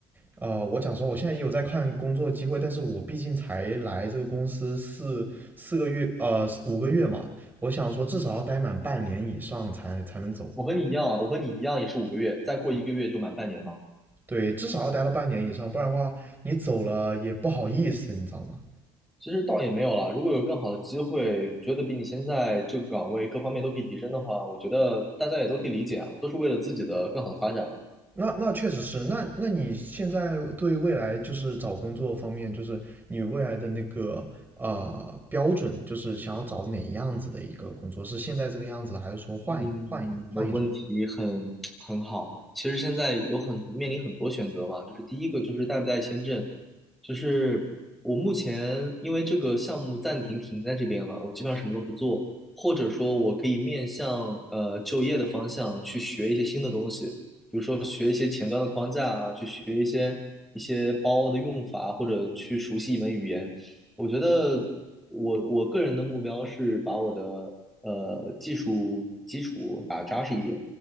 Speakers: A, on the right; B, in the centre.
A: 呃，我讲说我现在也有在看工作机会，但是我毕竟才来这个公司四四个月呃五个月嘛，我想说至少要待满半年以上才才能走。
B: 我和你一样啊，我和你一样也是五个月，再过一个月就满半年嘛。
A: 对，至少要待到半年以上，不然的话你走了也不好意思，你知道吗？
B: 其实倒也没有了，如果有更好的机会，觉得比你现在这个岗位各方面都可以提升的话，我觉得大家也都可以理解啊，都是为了自己的更好的发展。嘛。
A: 那那确实是，那那你现在对未来就是找工作方面，就是你未来的那个呃标准，就是想要找哪样子的一个工作？是现在这个样子的，还是说换一换一换一种？
B: 嗯，那问题很 <tsk> 很好。其实现在有很面临很多选择嘛，就是第一个就是带不带签证，就是我目前因为这个项目暂停停在这边了，我基本上什么都不做，或者说我可以面向呃就业的方向去学一些新的东西，比如说学一些前端的框架啊，去学一些一些包的用法，或者去熟悉一门语言。我觉得。我我个人的目标是把我的呃技术基础打扎实一点，